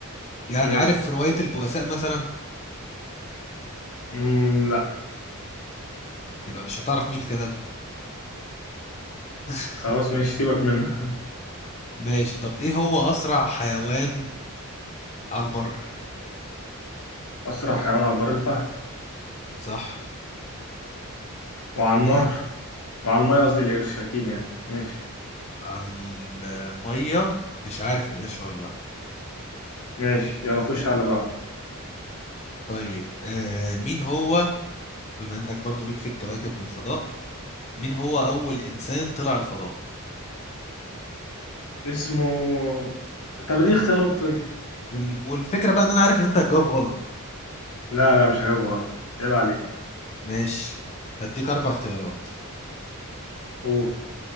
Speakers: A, on the left (about 30°); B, on the left (about 80°).
A: يعني
B: ماشي
A: عارف رواية البؤساء مثلا
B: مم لا
A: يبقى مش هتعرف مين اللي كتبها <laughs>
B: خلاص ماشي سيبك منها
A: ماشي طب ايه هو اسرع حيوان على البر
B: <laughs> اسرع حيوان على البر الفهد
A: صح
B: وعلى النهر
A: إيه؟
B: وعلى الميه قصدي القرش اكيد يعني ماشي
A: على المية مش عارف القرش ولا لأ.
B: ماشي يلا نخش على اللي بعده
A: طيب آه مين هو بما انك برضو ليك في الكواكب والفضاء مين هو اول انسان طلع الفضاء
B: اسمه طب دي اختيارات طيب
A: وال... والفكره بقى ان انا عارف ان انت هتجاوب غلط
B: لا لا مش هجيبه غلط عيب عليك
A: ماشي هديك اربع اختيارات
B: قول